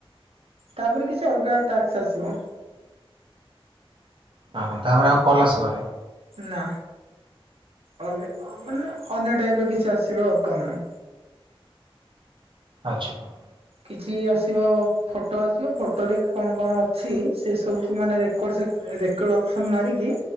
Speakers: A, on the right; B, on the right.
A: ତାପରେ କିଛି ଅଲଗା ଟାସ୍କ ଆସିବ।
B: ହଁ ହଁ ତାପରେ ଆଉ କଲ୍ ଆସିବନି।
A: ନା ଅଲଗା ମାନେ ଅନ୍ୟ ଟାଇପ ର କିଛି ଆସିବ ଆଉ କାମ।
B: ଆଚ୍ଛା।
A: କିଛି ଆସିବ ଫଟୋ ଆସିବ ଫଟୋରେ କଣ କଣ ଅଛି ସେ ସବୁକୁ ମାନେ ରେକଡସ ରେକଡ୍ ଅପସନ୍ ମାରିକି